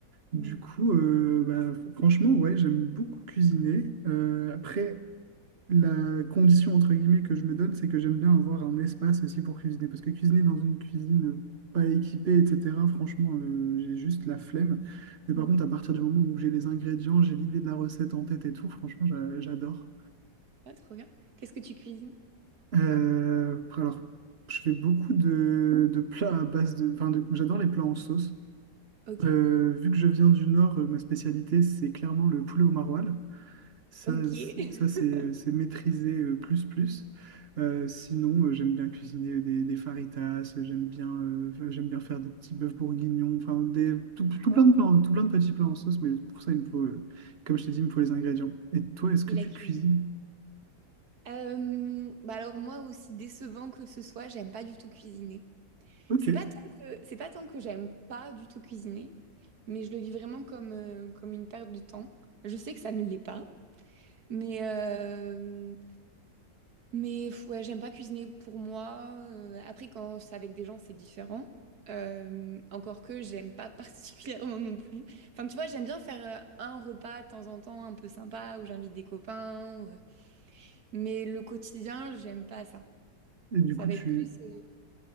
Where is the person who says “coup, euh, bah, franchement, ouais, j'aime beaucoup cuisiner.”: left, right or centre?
Right